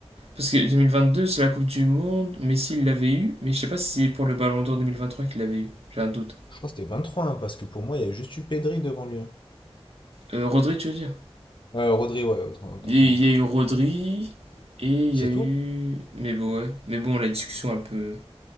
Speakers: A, on the right (about 75°); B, on the left (about 50°).
A: Parce que deux mille vingt deux c'est la Coupe du Monde. Messi, il l'avait eu. Mais je sais pas si c'est pour le Ballon d'Or 2023 qu'il l'avait eu. J'ai un doute.
B: Je crois que c'était 23, hein, parce que pour moi, il y a juste eu Pedri devant lui. hein.
A: Euh, Rodri, tu veux dire?
B: Euh, Rodri, ouais, autant, autant
A: Il
B: pour
A: y
B: moi.
A: il y a eu Rodri. Et il
B: C'est
A: y a eu.
B: tout?
A: Mais bon, ouais. Mais bon, la discussion, elle peut,